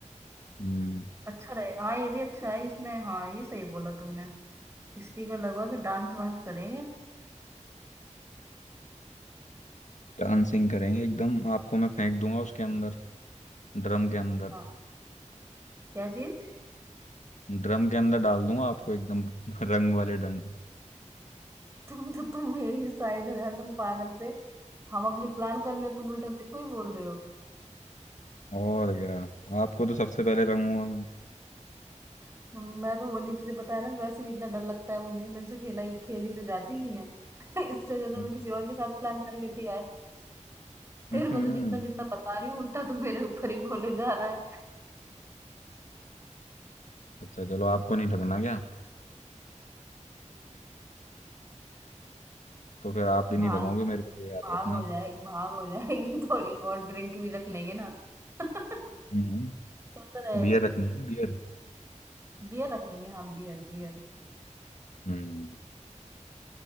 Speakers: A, on the left (about 70°); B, on the right (about 20°).
A: हम्म
B: अच्छा रहेगा हाँ ये भी अच्छा है इसमें हाँ ये सही बोला तुमने स्पीकर लगवा के डांस वांस करेंगे
A: डांसिंग करेंगे एकदम आपको मैं फेंक दूंगा उसके अंदर ड्रम के अंदर
B: हाँ क्या चीज
A: ड्रम के अंदर डाल दूंगा आपको एकदम <laughs> रंग वाले ढंग
B: तुम तो तुम मेरी साइड हो यार तुम पागल से हम अपनी प्लान कर रहे हो तुम उल्टा मेरे को ही बोल रहे हो
A: और क्या आपको तो सबसे पहले रंगूंगा
B: <laughs> मैं तो होली तुझे पता है ना वैसे भी इतना डर लगता है मुझे मेरे से खेला ही खेली तो जाती ही नहीं है <laughs> इससे वजह तो
A: मैं
B: मैं
A: अच्छा
B: किसी और के साथ प्लान कर लेती यार तेरे
A: हम्म,
B: को तो जितना जितना बता रही हूँ उल्टा तो मेरे ऊपर ही बोले जा रहा
A: अच्छा चलो आपको नहीं लगना क्या तो फिर आप भी नहीं
B: भांग
A: रखोगे मेरे को ये याद
B: भांग
A: रखना
B: हो जाएगी भांग हो जाएगी <laughs> थोड़ी बहुत ड्रिंक भी रख लेंगे ना <laughs> क्या
A: हम्म
B: तो रहेगा
A: बियर रखनी है बियर
B: बियर रख लेंगे हाँ बियर बियर
A: हम्म